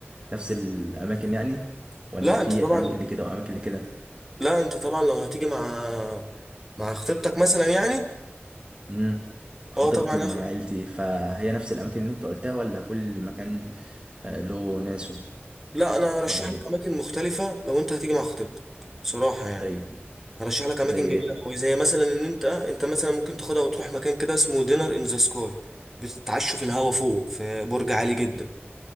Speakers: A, on the right; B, in the centre.
A: نفس الاماكن يعني ولا
B: لا
A: في
B: انت طبعا
A: اماكن اللي كده واماكن اللي كده
B: لا انت طبعا لو هتيجي مع مع خطيبتك مثلا يعني
A: امم خطيبتي
B: اه طبعا
A: ومع
B: أفي.
A: عيلتي فهي نفس الاماكن اللي انت قلتها ولا كل مكان آه، له ناسه
B: لا انا ارشح
A: ولا ايه
B: لك اماكن مختلفه لو انت هتيجي مع خطيبتك بصراحه يعني
A: ايوه
B: هرشح لك
A: زي
B: اماكن جميله
A: ايه
B: قوي زي مثلا ان انت انت مثلا ممكن تاخدها وتروح مكان كده اسمه دينر ان ذا سكاي بتتعشوا في الهوا فوق في برج عالي جدا